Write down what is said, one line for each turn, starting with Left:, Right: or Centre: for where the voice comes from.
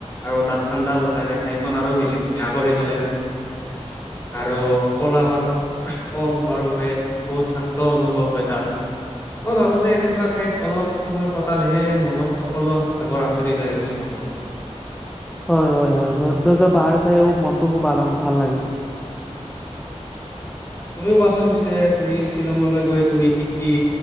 Left: আৰু তাত ঠাণ্ডা বতাহ সেই ঠাইখন আৰু বেছি ধুনীয়া কৰি তলে।
Centre: <unintelligible>
Left: আৰু কলাহল কম হোৱাৰ বাবে বহুত শান্ত অনুভৱ হয় তাত। মই ভাবো যে এনেকুৱা ঠাইত অলপ সময় কটালেহে মনত সকলো ভাগৰ আঁতৰি যায় বুলি ভাবো মই। <unintelligible>
Centre: হয় হয় হয় সন্দৰ্য্য পাহাৰ চাই খুব মনটো খুব ভাল লাগে।
Left: তুমিও কোৱাচোন পিছে তুমি শ্বিলঙলৈ গৈ তুমি কি কি